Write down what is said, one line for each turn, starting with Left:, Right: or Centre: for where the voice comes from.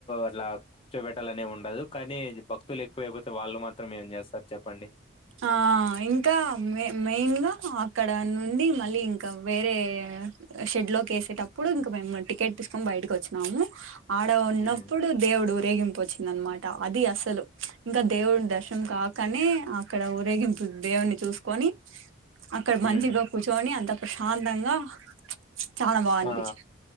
Left: అట్లా కూర్చోపెట్టాలనే ఉండదు కానీ భక్తులు ఎక్కువయిపోతే వాళ్ళు మాత్రం ఏం చేస్తారు చెప్పండి
Right: ఆ ఇంకా మెయిన్గా అక్కడ నుండి మళ్ళీ ఇంకా వేరే షెడ్ లోకి వేసేటప్పుడు ఇంకా మేము టికెట్ తీసుకొని బయటకి వచ్చినాము ఆడ ఉన్నప్పుడు
Left: హ్మ్
Right: దేవుడు ఊ రేగిం వచ్చింద అనమాట అది అ సలు ఇంకా దేవుడు ఉండే కాకనే అక్కడ ఊరేగింపు దేవున్ని చూసుకొని అక్కడ
Left: హ్మ్
Right: మంచిగా కూర్చొని అంత ప్రశాంతంగా చాలా బాగా అనిపించింది
Left: ఆ